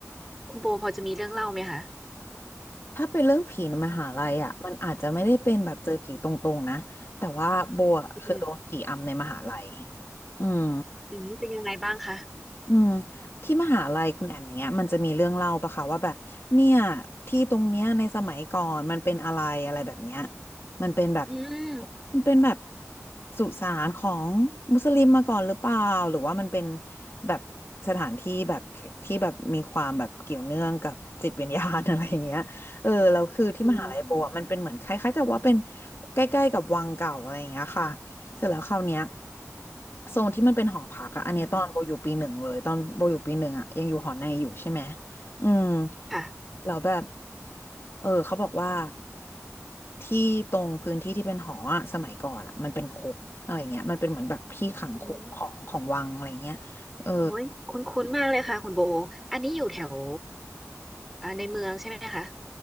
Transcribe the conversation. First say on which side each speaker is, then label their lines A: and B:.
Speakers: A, in the centre; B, on the left (about 50°).
A: คุณโบพอจะมีเรื่องเล่าไหมคะ
B: ถ้าเป็นเรื่องผีในมหาลัยอ่ะ มันอาจจะไม่ได้เป็นแบบเจอผีตรงๆนะ แต่ว่าโบอะเคยโดนผีอำในมหาลัย
A: อืม
B: อืม
A: อืมเป็นยังไงบ้างคะ
B: อืมที่มหาลัยคุณแอมอย่างเงี้ยมันจะมีเรื่องเล่าปะคะว่าแบบเนี่ยที่ตรงเนี้ยในสมัยก่อนมันเป็นอะไรอะไรแบบเนี้ยมันเป็นแบบ
A: อืม
B: มันเป็นแบบสุสานของมุสลิมมาก่อนหรือเปล่าหรือว่ามันเป็นแบบสถานที่แบบที่แบบมีความแบบเกี่ยวเนื่องกับจิตวิญญาณ <laughs> อะไรอย่างเงี้ย <laughs> เออแล้วคือที่มหาลัยโบอะมันเป็นเหมือนคล้ายๆกับว่าเป็น
A: อืม
B: ใกล้ๆกับวังเก่าอะไรอย่างเงี้ยค่ะ เสร็จแล้วคราวเนี้ยโซนที่มันเป็นหอพักอะอันเนี้ยตอนโบอยู่ปีหนึ่งเลยตอนโบอยู่ปีหนึ่งอะยังอยู่หอในอยู่ใช่ไหม
A: อืม
B: อืม
A: ค่ะ
B: แล้วแบบเออเขาบอกว่าที่ตรงพื้นที่ที่เป็นหออะสมัยก่อนอะมันเป็นคุกอะไรเงี้ยมันเป็นเหมือนแบบที่ขังคุกของของวังอะไรเงี้ยเออ
A: อืมโอ้ยคุ้นๆมากเลยค่ะคุณโบอันนี้อยู่แถวอ่าในเมืองใช่ไหมคะ